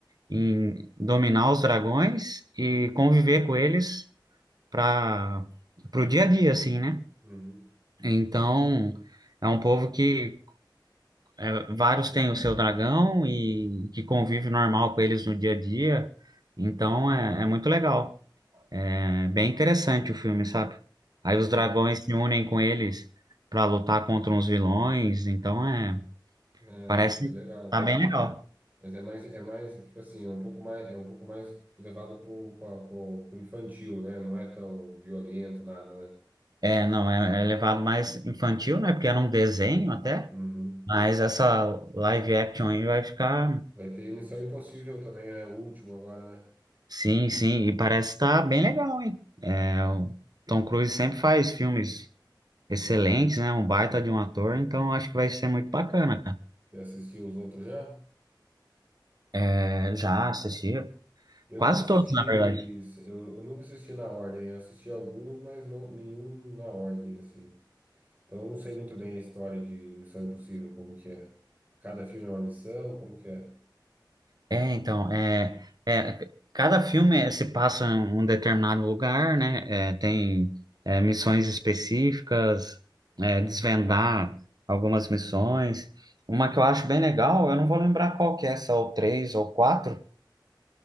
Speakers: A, on the right; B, on the right.
A: em dominar os dragões e conviver
B: Uhum.
A: com eles para pro dia a dia, assim, né?
B: Uhum.
A: Então, é um povo que é, vários têm o seu dragão e que convive normal com eles no dia a dia. Então, é, é muito legal. É bem interessante o filme, sabe? Aí os dragões
B: Tem-
A: se unem com eles para lutar contra uns vilões. Então, é,
B: Ah,
A: parece
B: deve ser legal,
A: tá
B: cara.
A: bem legal.
B: Mas é mais, é mais, tipo assim, é um pouco mais, é um pouco mais levado pro, pra- pro, pro infantil, né? Não é tão violento, nada, né?
A: É, não, é, é levado mais infantil, né? Porque era um desenho até.
B: Uhum.
A: Mas essa live action aí vai ficar
B: Vai ter Missão Impossível também, né? O último agora, né?
A: Sim, sim, e parece estar bem legal, hein? É, o Tom Cruise sempre faz filmes excelentes, né? Um baita de um ator, então acho que vai ser muito bacana, cara.
B: Você assistiu os outros já?
A: É, já assisti
B: Eu
A: quase
B: nunca assisti,
A: todos, na verdade.
B: eu, eu nunca assisti na ordem. Eu assisti alguns, mas não nenhum na ordem assim. Então eu não sei muito bem a história de Missão Impossível, como que é. Cada filme é uma missão, como que é?
A: É, então, é, é, c- cada filme é, se passa em um determinado lugar, né? É, tem é, missões específicas, é, desvendar algumas missões. Uma que eu acho bem legal, eu não vou lembrar qual que é, se é o 3 ou quatro